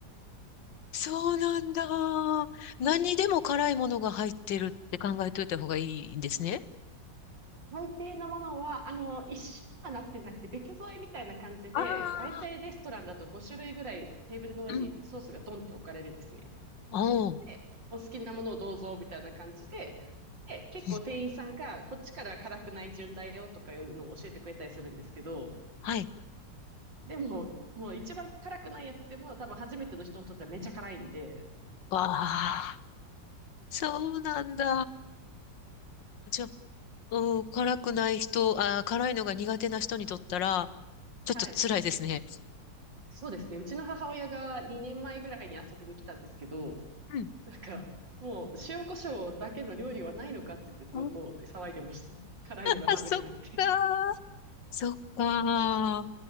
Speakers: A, on the left; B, on the right.
A: そうなんだ。何にでも辛いものが入ってるって考えといた方がいいんですね。
B: 大抵のものは、あの、一緒はなってなくて別添えみたいな感じで、
A: ああ、
B: 大体レストランだと5種類ぐらいテーブルの上にソースがドンって置かれるですね。
A: うん。おう。う
B: で、お好きなものをどうぞみたいな感じで、で、結構店員さんがこっちから辛くない順だよとかいうのを教えてくれたりするんですけど、
A: んはい。
B: でも、もう一番辛くないやつでも多分初めての人にとってはめちゃ辛いんで、
A: わあ、そうなんだ。じゃあ、うん、辛くない人、あー、辛いのが苦手な人にとったら、ちょっと辛いですね。
B: はい。そうですね。うちの母親が2年前ぐらいに遊びに来たんですけど、
A: うん。
B: なんか、もう塩コショウだけの料理はないのかって言ってずっと騒いでました。
A: うん
B: 辛いのが食べれなくて。
A: あ、そっかー。そっか。